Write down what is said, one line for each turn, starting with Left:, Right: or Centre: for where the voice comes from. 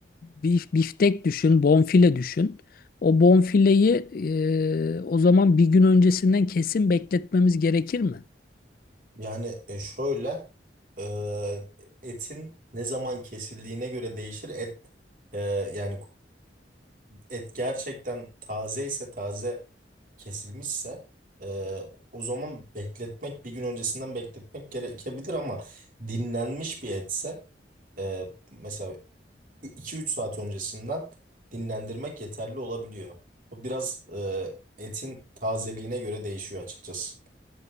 Left: bif- biftek düşün, bonfile düşün. O bonfileyi e, o zaman bir gün öncesinden kesin bekletmemiz gerekir mi?
Right: Yani e, şöyle e, etin ne zaman kesildiğine göre değişir. Et e, yani et gerçekten taze ise taze kesilmişse e, o zaman bekletmek bir gün öncesinden bekletmek gerekebilir ama dinlenmiş bir etse e, mesela 2-3 saat öncesinden dinlendirmek yeterli olabiliyor. Bu biraz e, etin tazeliğine göre değişiyor açıkçası.